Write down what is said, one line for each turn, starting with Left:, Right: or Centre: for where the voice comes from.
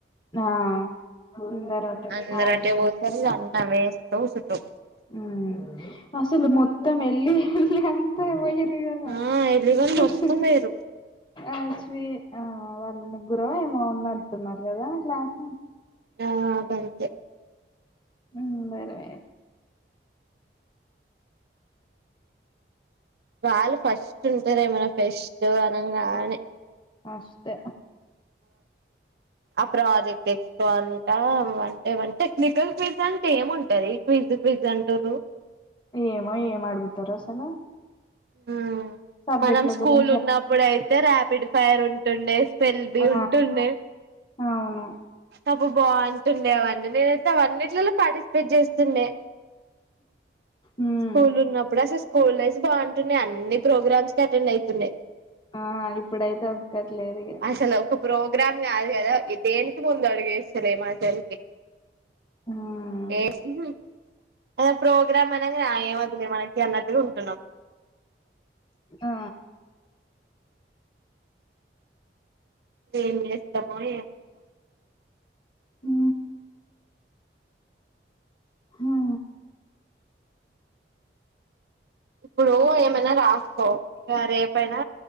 Left: ఆ! ముందరటే
Right: అందరు
Left: అది.
Right: అటే పోతారు ఇగ అందరం ఏడసుకుంటా కుసుంటం
Left: ఊ అసలు మొత్తం ఎళ్ళి ఎళ్ళి అంత ఒయి రు కద
Right: ఆ ఎలిగని
Left: మీరు అ
Right: మొత్తం
Left: చి
Right: పోయిరు
Left: అ చి ఆ వాళ్లు ముగ్గురో ఏమో ఉన్నట్టున్నారు కదా ఇట్ల అహ
Right: ఆ గంతే
Left: ఊ వరమేత
Right: వాళ్ళు ఫస్ట్ ఉంటరే మన ఫెస్టు అనగానే
Left: ఫస్టు
Right: ఆ ప్రాజెక్ట్ ఎక్కువంట వంటే వంటే నికల్ ఫీజ్ అంటే ఏముంటది క్విజ్ ఫీజు అంటుండ్రు
Left: ఏమో ఏమ్ అడుగుతరు అసలు
Right: ఆ
Left: సబ్జెక్టుల
Right: మనం స్కూల్
Left: గురించి
Right: ఉన్నప్పుడయితే ర్యాపిడ్ ఫైర్ ఉంటుండే పెన్ బి
Left: ఆ
Right: ఉంటుండే
Left: అవును
Right: అబ బాగుంటుండే అవన్నీ నేనైతే అవన్నిట్లల పార్టిసిపేట్ చేస్తుండే
Left: ఉమ్
Right: స్కూల్ ఉన్నప్పుడు అసలు స్కూల్ లైస్ బాగుం టున్నే అన్ని ప్రోగ్రామ్స్ కి అటెండ్ ఐతుండే
Left: ఆ ఇప్పుడైతే ఒక్కటి లేదు ఇగ
Right: అసలు ఒక ప్రోగ్రామ్ కాదు కదా దేనికి ముందు అడుగు వేస్తలేమ్ అసలికి
Left: ఉమ్
Right: ఏస్ ఊహు అసల్ ప్రోగ్రామ్ అనంగనే ఆ ఏం వద్దులే మనకి అన్నట్టుగా ఉంటున్నాం
Left: ఆ
Right: ఏం చేస్తామో ఏమో ఇగ
Left: హు హా
Right: ఇప్పుడు ఏమైనా రాసుకో ఇక రేపయినా